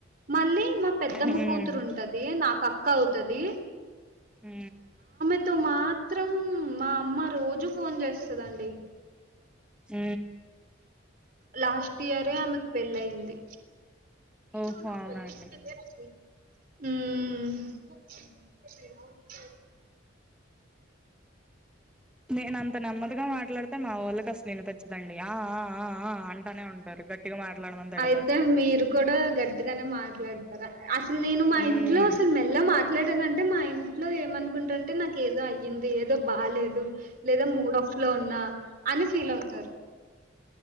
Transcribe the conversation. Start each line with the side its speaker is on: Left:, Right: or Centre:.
Right: మళ్ళీ, మా పెద్దమ్మ
Centre: ఉమ్
Right: కూతురు ఉంటది నాకు అక్క అవుతాది
Centre: మ్
Right: ఇంత మాత్రం మా అమ్మ రోజు ఫోన్ చేస్తుందండి.
Centre: మ్
Right: లాస్ట్ ఇయరే ఆమెకు పెళ్ళైంది. శనా
Centre: ఓహో అవునండి
Right: పది <unintelligible> మ్ <inaudible>
Centre: నేనంత నెమ్మదిగా మాట్లాడితే మా వాళ్ళకి అసలు వినిపిచ్చదండి ఆ ఆ అంటానే ఉంటారు గట్టిగా మాట్లాడమని తిడతారు
Right: అయితే మీరు కూడా గట్టిగానే మాట్లాడతారా? అసలు నేను మా
Centre: ఉమ్
Right: ఇంట్లో అసలు మెల్లగా మా మాట్లాడనంటే మా ఇంట్లో ఏమనుకుంటారంటే నాకు ఏదో అయ్యింది. ఏదో బాలేదు లేదా మూడఫ్ లో ఉన్నా అని ఫీల్ అవుతారు